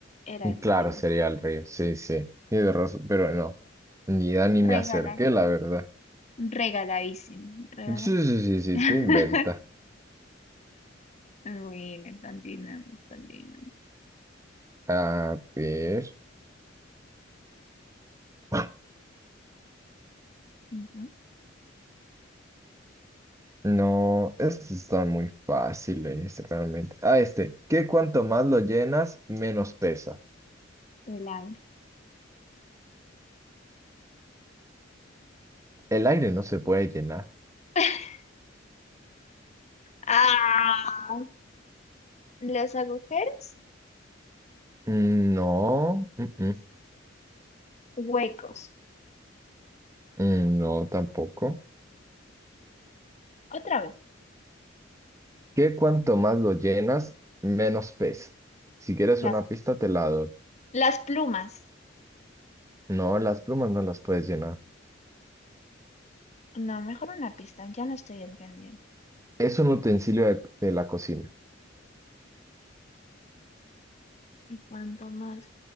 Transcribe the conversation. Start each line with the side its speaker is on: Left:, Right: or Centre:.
Left: Era
Right: Y
Left: el
Right: claro,
Left: río.
Right: sería el río. Sí, sí. Tienes razón, pero no. Ni idea ni me
Left: Regala,
Right: acerqué, la verdad.
Left: regaladísimo, regaladísimo.
Right: Sí, sí, sí, sí,
Left: <laughs>
Right: tú inventa.
Left: Bueno, continuamos, continuamos.
Right: A ver. <laughs>
Left: Ujú,
Right: No, estos están muy fáciles realmente. Ah, este, que cuanto más lo llenas, menos pesa.
Left: del aire.
Right: El aire no se puede llenar.
Left: <laughs> Ah, los agujeros,
Right: Mm, No, mm, mm,
Left: huecos.
Right: mm, no tampoco.
Left: Otra vez,
Right: Que cuanto más lo llenas, menos pesa. Si quieres
Left: las,
Right: una pista, te la doy.
Left: las plumas.
Right: No, las plumas no las puedes llenar.
Left: No, mejor una pista, ya no estoy entendiendo.
Right: Es un utensilio de, de la cocina.
Left: Y cuanto más,